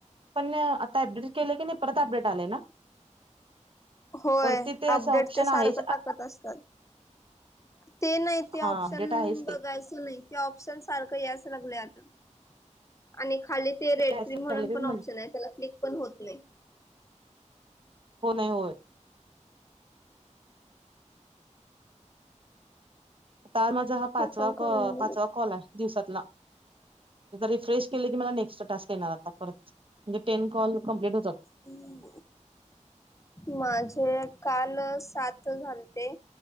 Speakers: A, on the right (about 45°); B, on the left (about 25°).
A: पण आता अपडेट केले की नाही परत अपडेट आले ना.
B: होय
A: वरती ते असं
B: अपडेट
A: ऑप्शन
B: ते सारखं
A: आहेच
B: टाकत असतात. ते नाही ते ऑप्शन
A: हा अपडेट आहेच
B: बघायचं.
A: ते
B: च नाही ते ऑप्शन सारखं याच लागले आता. आणि खाली ते रेड्री
A: म्हट
B: म्हणून पण ऑप्शन आहे त्याला क्लिक पण होत नाही.
A: हो नाही होत. तर माझा हा पाचवा
B: ते पण करून
A: क
B: बघितलं
A: पाचवा कॉल आहे. दिवसातन रिफ्रेश केले की मला नेक्स्ट्रा टास्क येणार आता परत. म्हणजे टेन कॉल कंप्लीट होतात.
B: हम, माझे काल सात झालते.